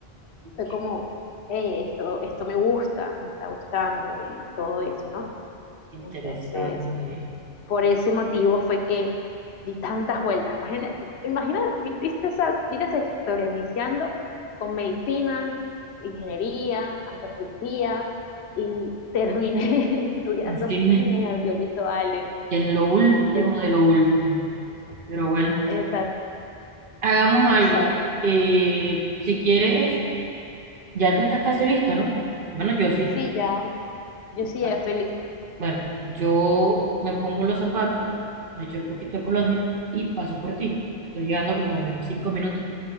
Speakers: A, on the right (about 60°); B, on the left (about 85°).
A: Ok,
B: Fue como, "Ey, esto, esto me gusta, me está gustando y todo eso, ¿no?
A: interesante.
B: Entonces
A: ¿eh?
B: por ese motivo fue que di tantas vueltas. Imagina, imagina viste esa, mira esa historia, iniciando con medicina, ingeniería, antropología, y terminé <laughs> estudiando
A: En cine,
B: cine, audiovisuales.
A: en lo último
B: Entonces,
A: de lo último. Pero bueno.
B: exacto
A: Hagamos algo.
B: exacto
A: Eh, si quieres, ya te estás casi lista, ¿no? Bueno, yo sí.
B: sí, ya, yo sí,
A: Bueno,
B: ya estoy lista.
A: bueno, yo me pongo los zapatos, me echo un poquito de colonia y paso por ti. Estoy llegando como en cinco minutos